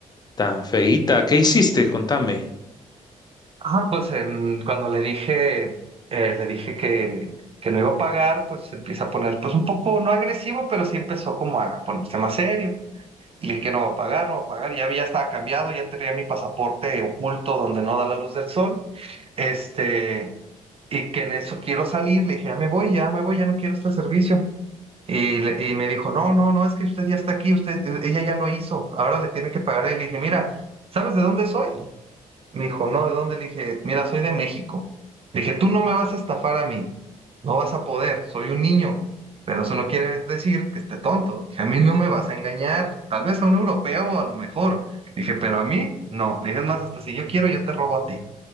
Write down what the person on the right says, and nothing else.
Ah, pues en- cuando le dije, eh, le dije que, que no iba a pagar, pues se empieza a poner, pues un poco, no agresivo, pero sí empezó como a ponerse más serio. Y le dije que no va a pagar, no va a pagar. Ya, ya estaba cambiado, ya tenía mi pasaporte oculto donde no da la luz del sol. Este, y que en eso quiero salir, le dije, ya me voy, ya me voy, ya no quiero este servicio. Y, le- y me dijo, no, no, no, es que usted ya está aquí, usted, ella ya lo hizo, ahora le tiene que pagar. y le dije, mira, ¿sabes de dónde soy? Me dijo, no, ¿de dónde? Le dije, mira, soy de México. Le dije, tú no me vas a estafar a mí, no vas a poder, soy un niño, pero eso no quiere decir que esté tonto. A mí no me vas a engañar, tal vez a un europeo a lo mejor. Le dije, pero a mí no. Le dije, es más, hasta si yo quiero, yo te robo a ti.